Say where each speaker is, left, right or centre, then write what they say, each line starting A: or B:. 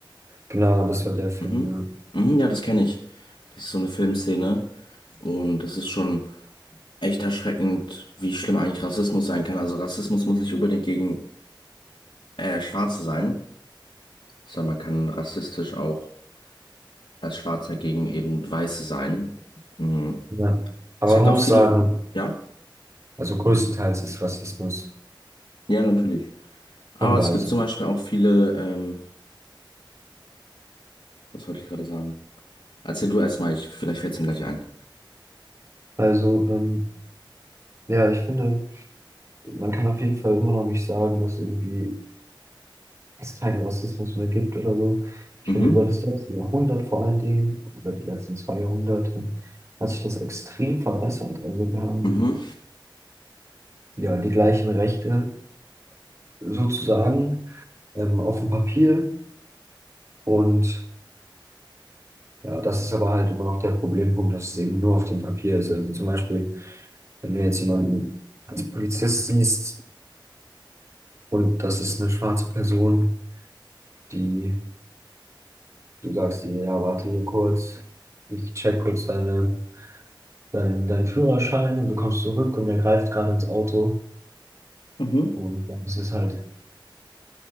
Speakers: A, on the right; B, on the left.
A: Genau, das war der Film,
B: Mhm.
A: ja.
B: Mhm, ja, das kenne ich. Das ist so eine Filmszene. Und das ist schon echt erschreckend, wie schlimm eigentlich Rassismus sein kann. Also Rassismus muss nicht unbedingt gegen äh, Schwarze sein, sondern man kann rassistisch auch als Schwarzer gegen eben Weiße sein. Mhm.
A: Ja. Aber
B: Es gibt
A: man
B: auch
A: muss
B: viele,
A: sagen,
B: ja?
A: also größtenteils ist Rassismus.
B: Ja, natürlich. Aber
A: Von Weißen.
B: es gibt zum Beispiel auch viele, ähm, was wollte ich gerade sagen? Erzähl du erstmal, ich, vielleicht fällt es mir gleich ein.
A: Also, ähm, ja, ich finde, man kann auf jeden Fall immer noch nicht sagen, dass irgendwie es keinen Rassismus mehr gibt oder so. Ich
B: Mhm.
A: finde, über das letzte Jahrhundert vor allen Dingen, über die letzten zwei Jahrhunderte, hat sich das extrem verbessert. Also wir haben
B: Mhm.
A: ja die gleichen Rechte sozusagen ähm, auf dem Papier. Und ja, das ist aber halt immer noch der Problempunkt, dass es eben nur auf dem Papier ist. Also zum Beispiel, wenn du jetzt jemanden als Polizist siehst und das ist eine schwarze Person, die, du sagst dir, ja, warte hier kurz, ich check kurz deine, dein, deinen Führerschein und du kommst zurück und er greift gerade ins Auto
B: Mhm.
A: und dann ist es halt